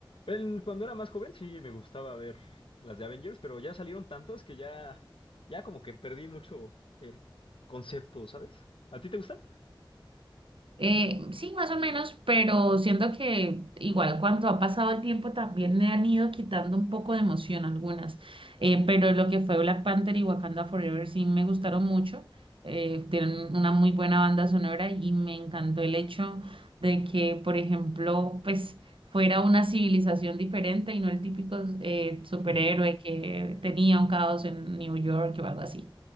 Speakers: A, on the left; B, on the right.
A: El- cuando era más joven sí me gustaba ver las de Avengers, pero ya salieron tantas que ya, ya como que perdí mucho el concepto, ¿sabes? ¿A ti te gustan?
B: Eh, sí, más o menos, pero siento que igual cuando ha pasado el tiempo también le han ido quitando un poco de emoción algunas, Eh, pero lo que fue Black Panther y Wakanda Forever sí me gustaron mucho, Eh, tienen una muy buena banda sonora y me encantó el hecho de que, por ejemplo, pues fuera una civilización diferente y no el típico eh, superhéroe
A: <laughs>
B: que tenía un caos en New York o algo así.